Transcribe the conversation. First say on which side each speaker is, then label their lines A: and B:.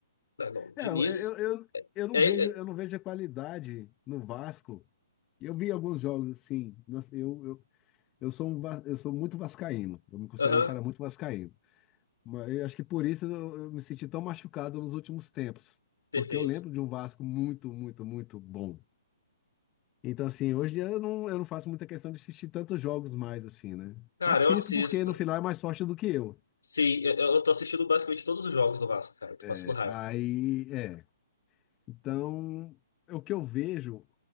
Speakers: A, on the left (about 70°); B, on the left (about 25°).
A: Não, não, Diniz.
B: É, eu, eu, eu, eu não
A: É,
B: vejo,
A: é,
B: eu não vejo a qualidade no Vasco. Eu vi alguns jogos assim, mas eu, eu, eu sou um, va- eu sou muito vascaíno. Eu me considero
A: aham,
B: um cara muito vascaíno. Mas eu acho que por isso eu, eu me senti tão machucado nos últimos tempos,
A: perfeito.
B: porque eu lembro de um Vasco muito, muito, muito bom. Então assim, hoje eu não, eu não faço muita questão de assistir tantos jogos mais assim, né?
A: Cara,
B: Assisto
A: eu assisto.
B: porque no final é mais sorte do que eu.
A: Sim, eu, eu tô assistindo basicamente todos os jogos do Vasco, cara. Tô passando
B: É,
A: raiva.
B: Aí, é. Então, o que eu vejo